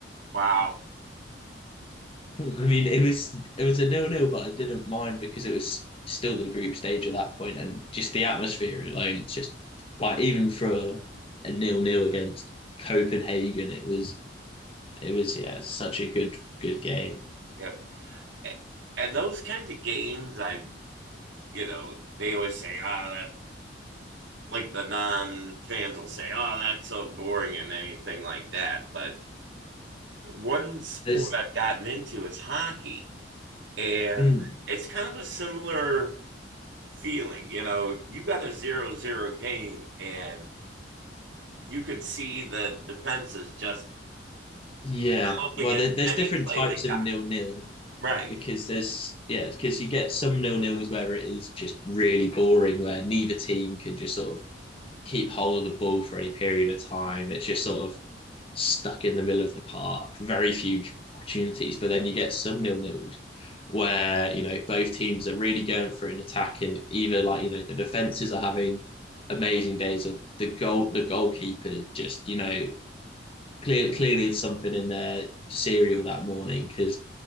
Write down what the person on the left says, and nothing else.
<laughs> I mean, it was it was a nil-nil, but I didn't mind because it was still the group stage at that point, and just the atmosphere alone. It's just like even for a, nil-nil against Copenhagen, it was it was yeah such a good good game.
There's
Mm,
yeah.
Well,
there, there's
different
types
of
nil-nil
because there's yeah, because you get some nil-nils where it is just really boring, where neither team can just sort of keep hold of the ball for any period of time. It's just sort of stuck in the middle of the park. Very few opportunities. But then you get some nil-nils where, you know, both teams are really going for an attack and either like, you know, the defenses are having amazing days of the goal the goalkeeper just, you know, clearly, clearly, it's something in their cereal that morning because